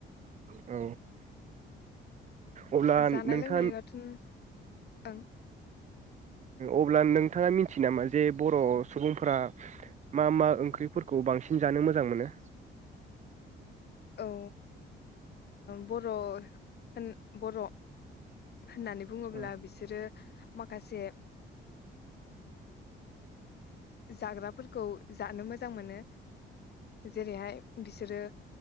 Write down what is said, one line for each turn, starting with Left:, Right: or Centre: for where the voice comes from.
Right: औ, अब्ला
Left: जानाय
Right: नोंथाङा
Left: लोंनाय आथ' ओं
Right: अब्ला नोंथाङा मिथियो नामा जे बर' सुबुंफोरा मा मा ओंख्रिफोरखौ बांसिन जानो मोजां मोनो?
Left: औ, ओ! बर' होन बर' होननानै बुङोब्ला
Right: औ
Left: बिसोरो माखासे, जाग्राफोरखौ जानो मोजां मोनो जेरैहाय बिस सोरो